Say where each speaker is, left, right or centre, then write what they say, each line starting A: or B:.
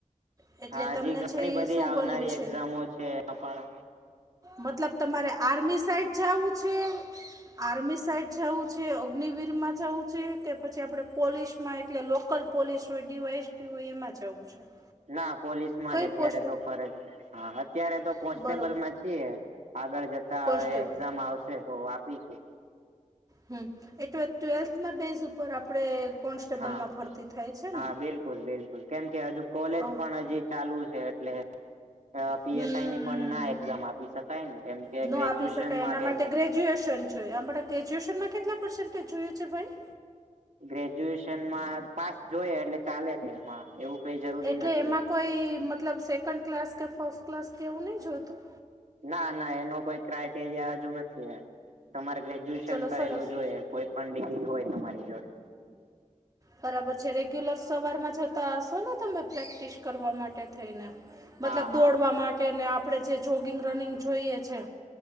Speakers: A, on the right; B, on the right.
A: એટલે
B: હજી
A: તમને
B: ઘણી
A: છે
B: બધી
A: એ શું
B: આવનારી
A: બનવું છે
B: એક્ઝામો છે. આપણ
A: મતલબ તમારે આર્મી સાઈડ જાવું છે. આર્મી સાઈડ જવું છે? અગ્નવીર માં જવું છે? કે પછી આપણે પોલીસમાં એટલે લોકલ પોલીસ હોય ડીવાય એસપી હોય એમાં જાવું છે?
B: ના પોલીસ માં
A: કઈ
B: જ અત્યારે
A: પોસ્ટ
B: તો ભરે હા અત્યારે તો કોન્સ્ટેબલમાં
A: બરોબર
B: જ છીએ. આગળ જતા
A: કોન્સ્ટેબલ
B: હવે એક્ઝામ આવશે તો આપીશુ.
A: <unintelligible> ના બેસ ઉપર આપણે કોન્સટેબલમાં
B: હા
A: ભરતી થાય છે
B: હા
A: ને
B: બિલકુલ બિલકુલ કેમ કે હજુ કોલેજ
A: અ
B: પણ હજી ચાલુ છે. એટલે પીએસઆઈ
A: હમ
B: ની પણ ના એક્ઝામ આપી શકાય ને કેમ કે
A: ન
B: ગ્રેજ્યુએશન
A: આપી શકાય
B: માંગે
A: એના માટે
B: છે.
A: ગ્રેજ્યુએશન જોઈએ. આપણે ગ્રેજ્યુએશનમાં કેટલા પર્સન્ટેજ જોઈએ છે ભાઈ
B: ગ્રેજ્યુએશનમાં પાસ જોઈએ એટલે ચાલે છે. એમાં એવું કઈ જરૂરી
A: એટલે
B: નથી
A: એમાં કોઈ મતલબ સેકન્ડ ક્લાસ કે ફર્સ્ટ ક્લાસ કે એવું નહી જોતું?
B: ના ના એનો કોઈ ક્રાઈટેરિયા હજુ નથી એમ તમારે ગ્રેજ્યુએશન
A: ચલો
B: કરેલું
A: સરસ
B: જોઈએ. કોઈ પણ ડિગ્રી હોય. તમારી જોડે
A: બરાબર છે. રેગ્યુલર સવાર માં જતા હશો ને તમે પ્રેક્ટિસ કરવા માટે થઈને. મતલબ
B: હા હા
A: દોડવા માટે ને આપણે જે જોગિંગ રનિંગ જોઈએ છે.